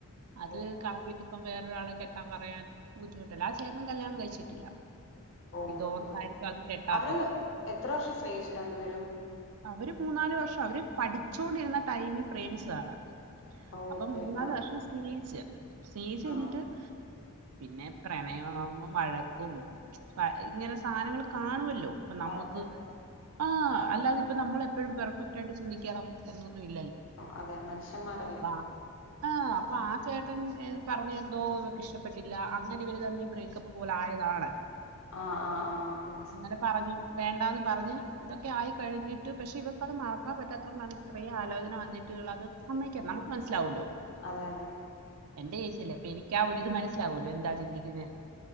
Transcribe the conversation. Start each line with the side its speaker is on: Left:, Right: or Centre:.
Right: അത്
Left: ഓ
Right: കളഞ്ഞിട്ട് ഇപ്പോ വേറെ ഒരാളെ കെട്ടാൻ പറയാൻ ബുദ്ധിമുട്ടല്ലെ ആ ചേട്ടനും കല്യാണം കഴിച്ചിട്ടില്ല
Left: ഓ
Right: ഇതോർത്തായിരിക്കും
Left: ഓക്കെ ഓക്കെ
Right: അതും കെട്ടാത്തത്
Left: അവര് എത്ര വർഷം സ്നേഹിച്ചു രണ്ടു പേരും
Right: അവര് മൂന്നാല് വർഷം അവര് പഠിച്ചോണ്ടിരുന്ന ടൈമി പ്രേമിച്ചതാണ്
Left: ഓക്കെ
Right: അപ്പൊ മൂന്നാല്
Left: ആ
Right: വർഷം സ്നേഹിച്ച് സ്നേഹിച്ചഴിഞ്ഞിട്ട്
Left: ആണോ
Right: പിന്നെ പ്രണയമാകുമ്പോം വഴക്കും ഇങ്ങനെ സാനങ്ങൾ കാണുവല്ലോ ഇപ്പ നമ്മുക്ക്
Left: ഉറപ്പായിട്ടും
Right: ആ അല്ലാതെ ഇപ്പ നമ്മളെപ്പോഴും പെർഫെക്ട് ആയിട്ട് ചിന്തിക്കണം എന്നൊന്നും ഇല്ലല്ലോ
Left: അതെ മനുഷ്യന്മാരല്ലേ
Right: അപ്പ ആ അപ്പൊ ആ ചേട്ടൻ പർഞ്ഞേ എന്തോ ഇവക്ക് ഇഷ്ടപ്പെട്ടില്ല അങ്ങനെ ഇവര് തമ്മി ബ്രേക്കപ്പ് പോലെ ആയതാണ്.
Left: ആ ആ ആ മനസ്സിലായി
Right: അങ്ങനെ പറഞ്ഞു വേണ്ടാന്ന് പറഞ്ഞ് ഇതൊക്കെ ആയി കഴിഞ്ഞ് പക്ഷെ ഇവക്കത് മറക്കാൻ പറ്റാത്തത് കൊണ്ടാണ് ഇത്രേം ആലോചന വന്നിട്ടു ഇവളത് സമ്മയ്ക്കാത്തത് നമുക്ക് മനസ്സിലാവല്ലോ
Left: അതെ അതെ
Right: എന്റെ ഏച്ചിയല്ലേ അപ്പൊ എനിക്കാ ഒരിത് മനസ്സിലാവല്ലോ എന്താ ചിന്തിക്കുന്നേന്ന്